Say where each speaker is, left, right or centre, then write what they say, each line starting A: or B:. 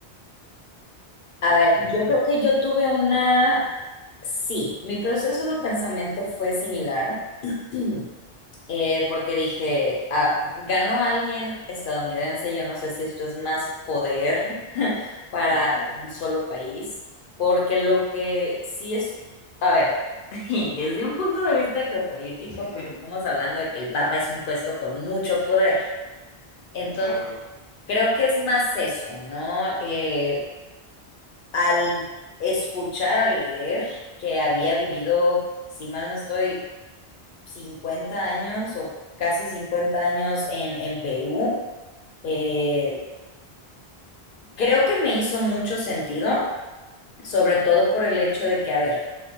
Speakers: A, on the left; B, on the left.
A: A ver,
B: Ujú,
A: yo creo que yo tuve una. Sí, mi proceso de pensamiento fue similar, <clears throat> eh, porque dije, ah, ganó alguien estadounidense, yo no sé si esto es más poder <laughs> para
B: Ujú.
A: un solo país, porque lo que sí es, a ver, <laughs> y desde un punto de vista geopolítico,
B: <laughs>
A: porque estamos hablando de que el Papa es un puesto con mucho poder, entonces
B: Claro.
A: creo que es más eso, ¿no? Eh, al escuchar, al leer que había vivido, si mal no estoy, 50 años o casi 50 años en, en Perú, eh, creo que me hizo mucho sentido, sobre todo por el hecho de que, a ver,